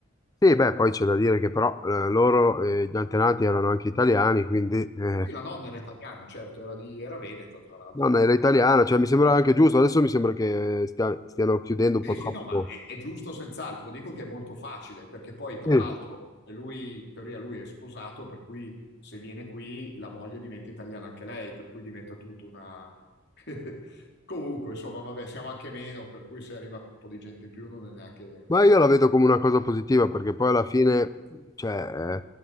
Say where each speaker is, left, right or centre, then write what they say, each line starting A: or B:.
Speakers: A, on the left; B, on the left.
A: Sì, beh, poi c'è da dire che però eh, loro, eh, gli antenati erano anche italiani, quindi eh,
B: Sì, la nonna era italiana, certo, era di, era veneta, tra l'altro,
A: nonna
B: nel suo
A: era
B: caso.
A: italiana, cioè mi sembra anche giusto, adesso mi sembra che stia- stiano chiudendo un
B: Sì,
A: po' troppo.
B: sì, no, ma è, è giusto senz'altro. Dico che è molto facile, perché poi, tra
A: Sì.
B: l'altro, lui, in teoria, lui è sposato, per cui se viene qui, la moglie diventa italiana anche lei, per cui diventa tutta una... <laughs> Comunque, insomma, vabbè, siamo anche meno, per cui se arriva un po' di gente in più non è neanche...
A: Ma
B: Non
A: io la
B: è
A: vedo
B: neanche
A: come una cosa positiva, perché poi alla fine, cioè,